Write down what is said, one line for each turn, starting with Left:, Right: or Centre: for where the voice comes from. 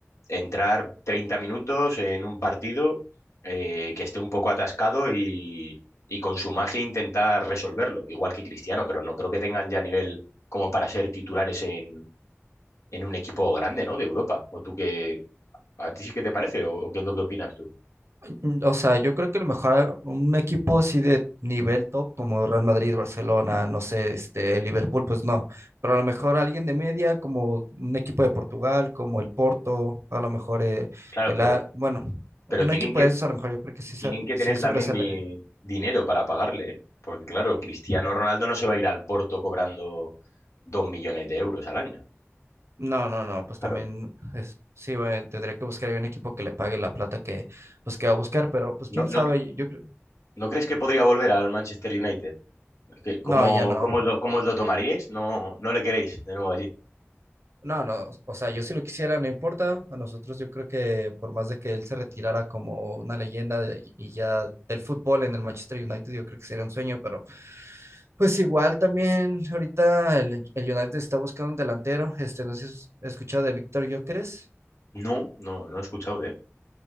Left: Entrar 30 minutos en un partido eh, que esté un poco atascado y, y con su magia intentar resolverlo, igual que Cristiano, pero no creo que tengan ya nivel como para ser titulares en, en un equipo grande, ¿no? De Europa. ¿O tú qué, ¿A ti sí que te parece o, o qué es lo que opinas tú?
Right: Mm, O sea, yo creo que a lo mejor un equipo así de nivel top como Real Madrid, Barcelona, no sé, este, Liverpool, pues no, pero a lo mejor alguien de media como un equipo de Portugal, como el Porto, a lo mejor eh,
Left: Claro,
Right: el,
Left: pero,
Right: A- bueno.
Left: pero
Right: Un
Left: tienen
Right: equipo
Left: que,
Right: de esos a lo mejor yo creo que sí,
Left: tienen
Right: sal-
Left: que
Right: sí
Left: tener
Right: sobresale,
Left: también di- dinero para pagarle, ¿eh? Porque claro, Cristiano Ronaldo no se va a ir al Porto cobrando dos millones de euros al año.
Right: No, no, no, pues
Left: Claro.
Right: también es, sí, bueno, tendría que buscar ahí un equipo que le pague la plata que, pues, que va a buscar, pero pues
Left: ¿No,
Right: quién
Left: no,
Right: sabe, yo creo,
Left: no crees que podría volver al Manchester United? ¿Qué- ¿Cómo,
Right: no, ya no,
Left: cómo lo, cómo lo tomaríais? ¿No, no le queréis de nuevo allí?
Right: no, no, o sea, yo si lo quisiera, no importa, a nosotros yo creo que por más de que él se retirara como una leyenda y y ya del fútbol en el Manchester United, yo creo que sería un sueño, pero pues igual también ahorita el, el United está buscando un delantero, este, no sé si has escuchado de Víctor Gyökeres.
Left: No, no, no he escuchado de él.